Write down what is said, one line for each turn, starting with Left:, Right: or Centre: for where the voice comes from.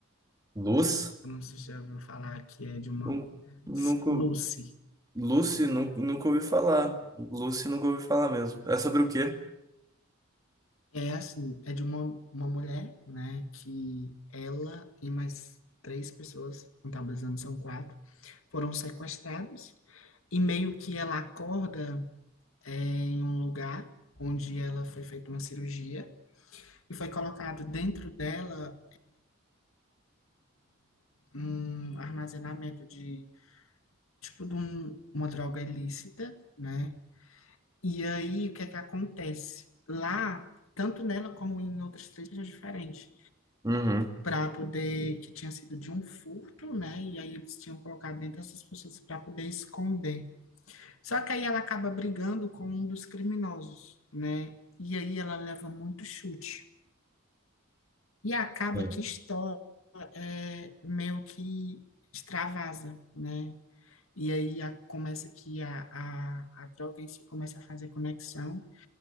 Right: Luz,
Left: Eu não sei se já ouviu falar que é de uma...
Right: nu- nunca.
Left: Lucy.
Right: Lucy, nunca, nunca ouvi falar. Lucy, nunca ouvi falar mesmo. É sobre o quê?
Left: É assim, é de uma, uma mulher, né, que ela e mais três pessoas, contabilizando são quatro, foram sequestrados e meio que ela acorda é, em um lugar onde ela foi feita uma cirurgia e foi colocado dentro dela um armazenamento de, tipo, de um- uma droga ilícita, né? E aí, o que é que acontece? Lá, tanto nela como em outras três regiões diferentes,
Right: Uhum.
Left: para poder, que tinha sido de um furto, né? E aí eles tinham colocado dentro dessas pessoas para poder esconder. Só que aí ela acaba brigando com um dos criminosos, né? E aí ela leva muito chute. E acaba
Right: Sim.
Left: que estoura, é, meio que extravasa, né? E aí a- começa que a, a, a droga em si começa a fazer conexão